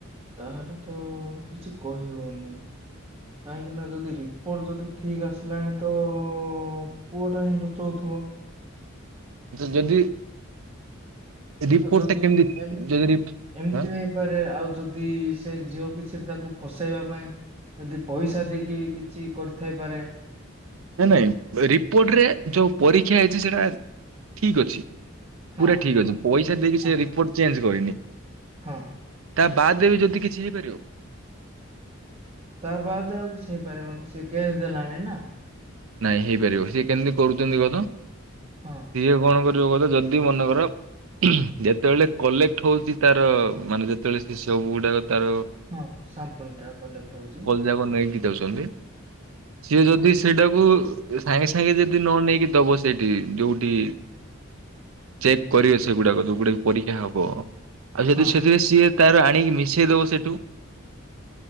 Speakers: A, on the right; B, on the right.
A: ତାହେଲେ ତ କିଛି କହି ହଉନି। କାହିଁକି ନା, ଯଦି ରିପୋର୍ଟ ଯଦି ଠିକ୍ ଆସିଲାଣି ତ ପୁଅଟା ହିଁ ଲୁଚଉଥିବ।
B: ତ ଯଦି ରିପୋର୍ଟ
A: ଆଉ ଯଦି,
B: ଟା କେମିତି
A: ଏମିତି,
B: ଯଦି ରି
A: ଏମିତି
B: ହଁ
A: ପାରେ, ଆଉ ଯଦି ସେ ଝିଅ କିଛି ରେ ତାକୁ ଫସେଇବା ପାଇଁ ଯଦି ପଇସା ଦେଇକି ବି କିଛି କରିଥାଇପାରେ।
B: ନାଇଁ ନାଇଁ, ରିପୋର୍ଟ ରେ ଯୋଉ ପରୀକ୍ଷା ହେଇଛି ସେଟା ଠିକ୍ ଅଛି।
A: ହଁ
B: ପୁରା ଠିକ୍ ଅଛି। ପଇସା ଦେଇକି
A: ହଁ
B: ସେ ରିପୋର୍ଟ ଚେଞ୍ଜ୍ କରିନି।
A: ହଁ।
B: ତା ବାଦ୍ ରେ ବି ଯଦି କିଛି ହେଇପାରିବ?
A: ତା ବାଦ ଆଉ କିଛି ହେଇପାରିବନି। ସେ କେସ୍ ଦେଲାଣି ନାଁ।
B: ନାଇଁ ହେଇପାରିବ। ସିଏ କେମିତି କରୁଛନ୍ତି ଗତ?
A: ହଁ।
B: ଇଏ କଣ କରିବ କହ ତ? ଯଦି ମନେ କର ଯେତେବେଳେ କଲେକ୍ଟ ହଉଛି ତାର ମାନେ, ଯେତେବେଳେ ସେ ସବୁ ଗୁଡ଼ାକ ତାର
A: ହଁ, ସାମ୍ପୁଲ ଟା କଲେକ୍ଟ ହଉଚି।
B: ଯାହାକୁ ନେଇକି ଯାଉଚନ୍ତି। ସିଏ ଯଦି ସେଟାକୁ ସାଙ୍ଗେ ସାଙ୍ଗେ ଯଦି ନ ନେଇକି ଦବ ସେଇଠି, ଯୋଉଠି ଚେକ୍ କରିବେ ସେଗୁଡ଼ାକ, ଯୋଉଗୁଡ଼ା କି ପରୀକ୍ଷା ହବ? ଆଉ ଯଦି
A: ହଁ
B: ସେଥିରେ ସିଏ ତାର ଆଣିକି, ମିଶେଇଦବ ସେଠୁ।